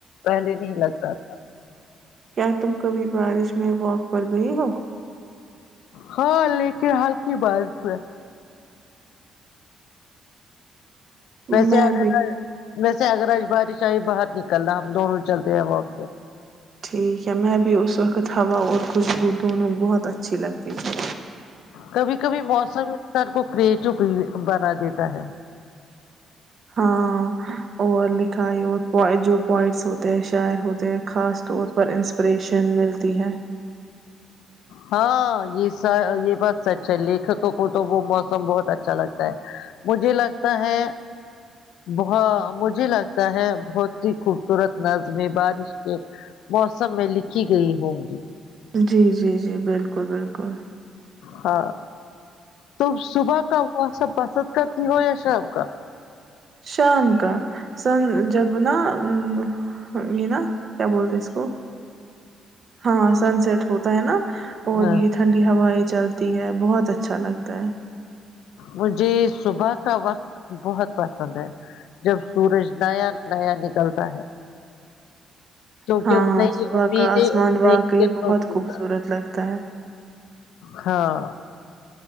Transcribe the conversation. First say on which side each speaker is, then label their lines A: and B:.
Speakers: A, on the left; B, on the right.
A: پہلے نہیں لگتا تھا
B: کیا تم کبھی بارش میں واک پر گئی ہو
A: ہاں لیکن حال کی بات ہو ہے ویسے
B: میں
A: ا
B: بھی
A: ویسے اگرگر بارشاہ ہی باہر نکلنا ہم دونوں چلتے ہیں وقت سے
B: ٹھیک ہے میں بھی اس وقت ہوا اور خوشبو دونوں بہت اچھی لگتی تھی
A: کبھی کبھی موسم انسان کو تزپ بنا دیتا ہے
B: ہاں اور لکھائی اور جو پوائٹس ہوتے ہیں شاعر ہوتے ہیں خاص طور پر انسپریشن ملتی ہے
A: ہاں یہ س یہ بات سچ ہے لیکھکوں کو تو وہ موسم بہت اچھا لگتا ہے مجھے لگتا ہے ب مجھے لگتا ہے بہت ہیی خوبصورت نظم بارش کے موسم میں لکھی گئی ہوں گی
B: جی جی جی بالکل بالکل
A: ہاں تو صبح کا وہ سب پسند کرتی ہو یا شام کا
B: شام کا سن جب نا <unintelligible> یہینا کیا بولتے اس کو ہاں سن سٹ <unintelligible> ہوتا ہے نا اور
A: ہاں،
B: یہ ٹنڈی ہوا ہے چلتی ہے بہت اچھا لگتا ہے
A: مجھے صبح کا وقت بہت پسند ہے جب سورج نیا نیا نکلتا ہے کیونکہ
B: ہاں
A: وہ نئی
B: صبح
A: امیدیں
B: کا آسمان
A: اور نئی
B: واقعی
A: کرنوں
B: بہت
A: کے
B: خوبصورت
A: ساتھ
B: لگتا ہے
A: ہاں